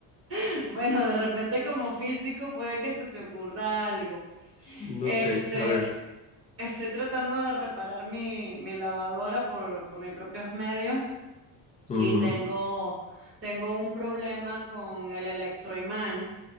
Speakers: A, on the right (about 35°); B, on the left (about 20°).
A: <laughs> Bueno, de repente como físico puede que se te ocurra algo.
B: No
A: Este,
B: sé, a ver.
A: estoy tratando de reparar mi, mi lavadora por, por mis propios medios
B: Ujú,
A: y tengo, tengo un problema con el electroimán